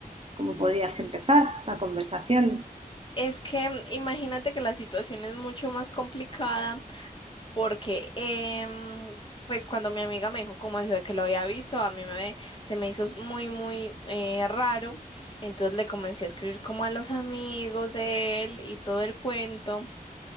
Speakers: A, on the right (about 40°); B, on the left (about 35°).
A: cómo podrías empezar la conversación.
B: Es que imagínate que la situación es mucho más complicada Porque, em, pues cuando mi amiga me dijo como eso de que lo había visto, a mí me, se me hizo muy, muy eh, raro. Entonces le comencé a escribir como a los amigos de él y todo el cuento.